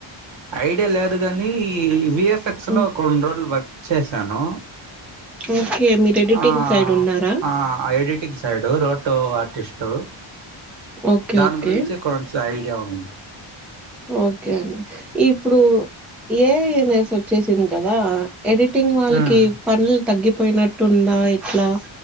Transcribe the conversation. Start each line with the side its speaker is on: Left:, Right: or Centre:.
Right: ఐడియా లేదు గాని విఎఫ్ఎక్స్
Centre: హ్మ్.
Right: లో కొెండు రోజులు వర్క్ చేశాను
Centre: ఓకే. మీరు ఎడిటింగ్
Right: ఆ
Centre: సైడ్ ఉన్నారా?
Right: ఆ editing side road photo artist
Centre: okay.
Right: దాని
Centre: ఓకే.
Right: గురించి కొసయి అట్ట ఉంద
Centre: ఓకే అండి ఇప్పుడు ఏన్స్ వచ్చేసింది కదా ఎడిటింగ్ వాళ్ళకి
Right: ఉమ్
Centre: పనులు తగ్గి పోయినట్టు ఉందా ఎట్లా